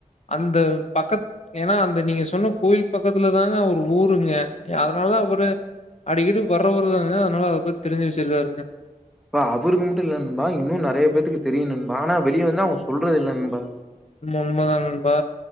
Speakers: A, on the left; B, in the centre.
A: அந்த பக்கத் ஏனா அந்த நீங்க சொன்ன கோயில் பக்கத்துல தாங்க அவர் ஊருங்க அதனாலதா அவுரு அடிக்கடி வருஊருதாங்க அதனால அத பத் தெரிஞ்சி வச்சிருக்காருங்க
B: இப்ப அவருக்கு மட்டு இல்ல நண்பா இன்னு நறைய பேத்துக்கு தெரியு நண்பா ஆனா வெளிய வந்து அவங்க சொல்றது இல்ல நண்பா
A: ம் உண்ம தா நண்பா